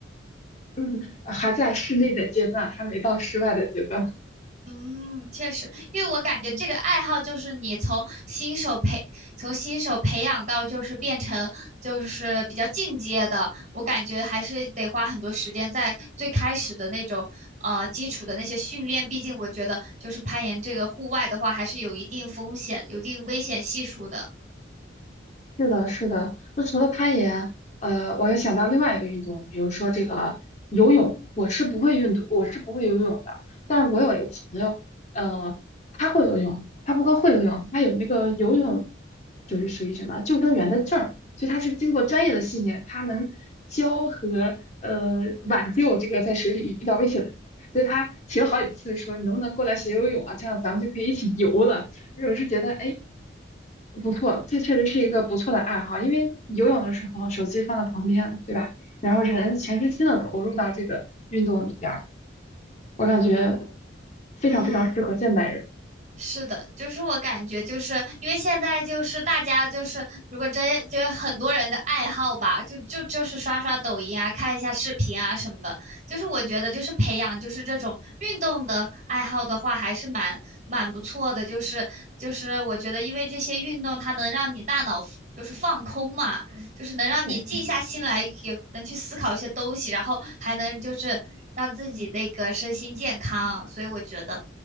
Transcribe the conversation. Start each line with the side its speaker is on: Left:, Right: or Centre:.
Left: 嗯，还在室内的阶段，还没到室外的阶段。
Right: 嗯，确实，因为我感觉这个爱好就是你从新手培从新手培养到就是变成就是比较进阶的，我感觉还是得花很多时间在最开始的那种呃基础的那些训练，毕竟我觉得就是攀岩这个户外的话还是有一定风险、有一定危险系数的。
Left: 是的，是的。那除了攀岩，呃，我又想到另外一个运动，比如说这个游泳。我是不会运动，我是不会游泳的。但是我有一个朋友，呃，他会游泳，他不光会游泳，他有那个游泳，就是属于什么救生员的证儿，所以他是经过专业的训练，他能教和呃挽救这个在水里遇到危险的人。所以他提了好几次说，你能不能过来学游泳啊？这样咱们就可以一起游了。我是觉得，哎。不错，这确实是一个不错的爱好，因为游泳的时候手机放在旁边，对吧？然后人全身心的投入到这个运动里边儿，我感觉非常非常适合现代人。
Right: 嗯，是的，就是我感觉，就是因为现在就是大家就是，如果真就是很多人的爱好吧，就就就是刷刷抖音啊，看一下视频啊什么的。就是我觉得，就是培养就是这种运动的爱好的话，还是蛮蛮不错的。就是就是我觉得，因为这些运动它能让你大脑就是放空嘛，就是能让你静下心来，
Left: 对，
Right: 也能去思考一些东西，然后还能就是让自己那个身心健康。所以我觉得。